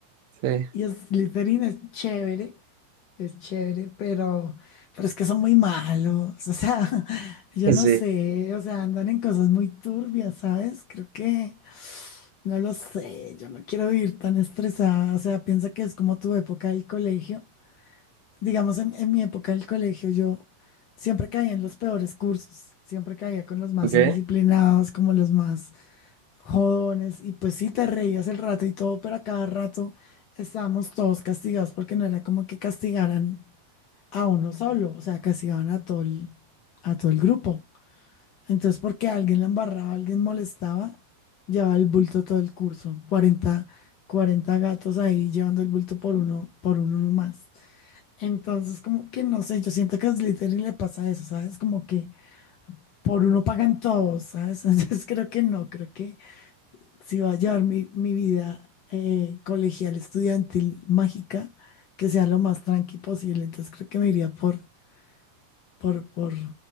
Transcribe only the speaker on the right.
Sí.
Sí.
Ok.